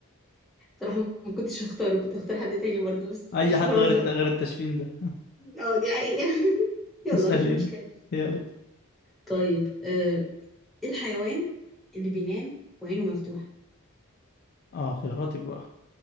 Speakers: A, in the centre; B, on the left (about 45°).
A: صراحة ما كنتش اختاره كنت اختار حد تاني برضه بس
B: اي
A: بس
B: حد
A: خلاص
B: غير الت...
A: بقى
B: غير التشفين ده
A: اه دي حقيقة <laughs> يلا
B: <laughs> اسألين
A: مش مشكلة
B: يلا
A: طيب آه، ايه الحيوان اللي بينام وعينه مفتوحة
B: اه خياراتك بقى